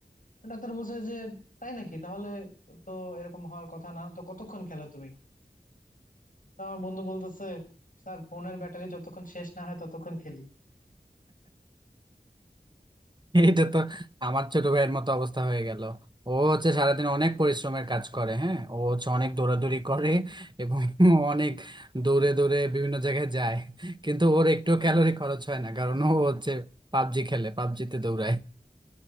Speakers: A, on the left (about 50°); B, on the right (about 25°).
A: তো ডাক্তার বলছে যে তাই নাকি তাহলে তো এরকম হওয়ার কথা না তো কতক্ষণ খেলো তুমি তো আমার বন্ধু বলতেছে স্যার ফোনের ব্যাটারি যতক্ষণ শেষ না হয় ততক্ষণ খেলি
B: এটা তো আমার ছোট ভাইয়ের মতো অবস্থা হয়ে গেল ও হচ্ছে সারাদিন অনেক পরিশ্রমের কাজ করে হ্যাঁ ও হচ্ছে অনেক দৌড়াদৌড়ি করে এবং <laughs> অনেক দৌড়ে দৌড়ে বিভিন্ন জায়গায় যায় কিন্তু ওর একটু ক্যালোরি খরচ হয় না কারণ ও হচ্ছে পাবজি খেলে পাবজিতে দৌড়ায়